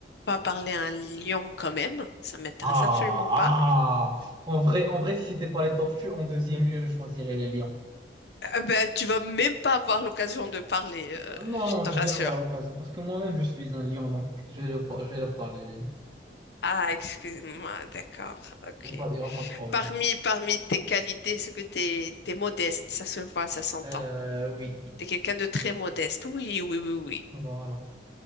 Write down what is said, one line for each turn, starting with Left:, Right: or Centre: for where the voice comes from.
Left: pas parler à un lion quand même. Ça m'intéresse
Right: Ah,
Left: absolument pas.
Right: ah. En vrai, en vrai, si c'était pas les tortues, en deuxième lieu, je choisirais les lions.
Left: Euh, ben, tu vas même pas avoir l'occasion de parler, euh,
Right: Ah, Non, non,
Left: je
Right: je
Left: te rassure.
Right: vais avoir l'occasion parce que moi-même, je suis un lion, donc je vais leur, par- je vais leur parler. les lions.
Left: Ah, excuse-moi, d'accord, ok.
Right: Il n'y a pas, il y aura pas de problème.
Left: Parmi, parmi tes qualités, c'est que t'es, t'es modeste, ça se voit, ça s'entend.
Right: Euh, oui,
Left: T'es quelqu'un de très modeste. Oui, oui, oui, oui.
Right: voilà.